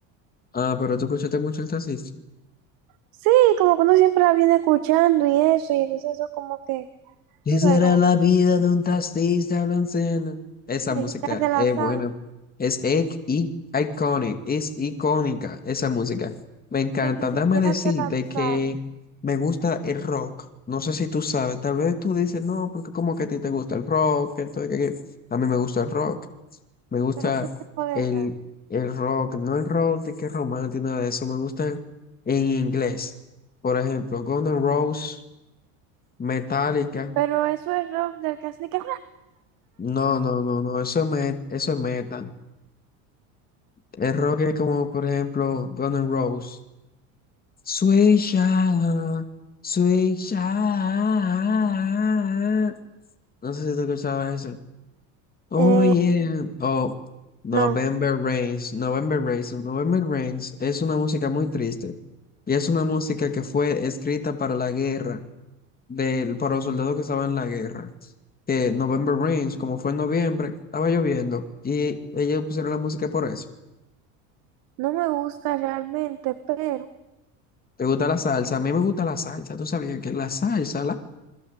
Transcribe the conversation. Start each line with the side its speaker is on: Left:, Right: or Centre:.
Left: Ah, pero tú escuchaste mucho el taxista.
Right: Sí, como que uno siempre la viene escuchando y eso, y entonces eso como que,
Left: ¿Qué
Right: tú
Left: será
Right: sabes, como
Left: la
Right: que
Left: vida de un taxista blanco? Esa
Right: ni
Left: música
Right: siquiera te la
Left: es
Right: sabes,
Left: buena. Es ic- i- iconic, es icónica esa música. Me encanta.
Right: que ni siquiera
Left: Dame decirte
Right: te la sabes.
Left: que me gusta el rock. No sé si tú sabes, tal vez tú dices, no, porque como que a ti te gusta el rock, que esto, que aquello". A mí me gusta el rock. Me gusta
Right: Pero qué tipo de
Left: el,
Right: rock.
Left: el rock, no el rock de que es romántico, nada de eso. Me gustan en inglés. Por ejemplo, Guns N' Roses, Metallica.
Right: Pero eso es rock del que hace de que...
Left: No, no, no, no, eso es, met- eso es metal. El rock es como, por ejemplo, Guns N' Roses. Sweet Child, Sweet Child. No sé si tú escuchabas eso. Oh
Right: Eh,
Left: yeah, oh November
Right: no,
Left: Rains, November Rains, November Rains es una música muy triste y es una música que fue escrita para la guerra, del, para los soldados que estaban en la guerra. Que November Rains, como fue en noviembre, estaba lloviendo y ellos pusieron la música por eso.
Right: no me gusta realmente, pero
Left: ¿Te gusta la salsa? A mí me gusta la salsa, tú sabías que la salsa, la,